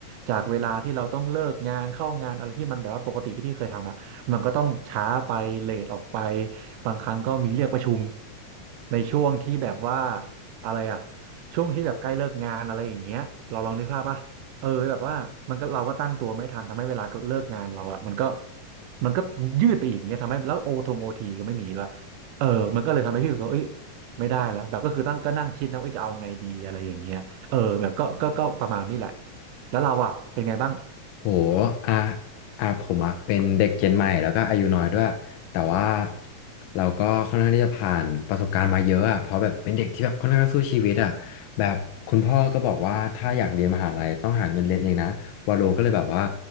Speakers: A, on the right; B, on the left.
A: จากเวลาที่เราต้องเลิกงานเข้างานอะไรที่มันแบบว่าปกติที่พี่เคยทำอะมันก็ต้องช้าไปเลทออกไปบางครั้งก็มีเรียกประชุมในช่วงที่แบบว่าอะไรอะช่วงที่แบบใกล้เลิกงานอะไรอย่างเงี้ยเราลองนึกภาพป่ะ เออแบบว่ามันก็เราก็ตั้งตัวไม่ทันทำให้เวลาเลิกงานเราอะมันก็มันก็ยืดไปอีกเนี่ยทำให้แล้วโอทงโอทีก็ไม่มีละเออมันก็เลยทำให้พี่รู้สึกว่าเอ้ยไม่ได้แล้วแบบก็คือตั้งก็นั่งคิดนะว่าเอ้ยจะเอาไงดีอะไรอย่างเงี้ยเออแบบก็ก็ก็ประมาณนี้แหละแล้วเราอะเป็นไงบ้าง
B: โหอ่ะอ่ะผมอ่ะเป็นเด็กเจนใหม่แล้วก็อายุน้อยด้วยแต่ว่าเราก็ค่อนข้างที่จะผ่านประสบการณ์มาเยอะอ่ะเพราะแบบเป็นเด็กที่แบบค่อนข้างสู้ชีวิตอ่ะแบบคุณพ่อก็บอกว่าถ้าอยากเรียนมหาลัยต้องหาเงินเรียนเองนะวาโลก็เลยแบบว่า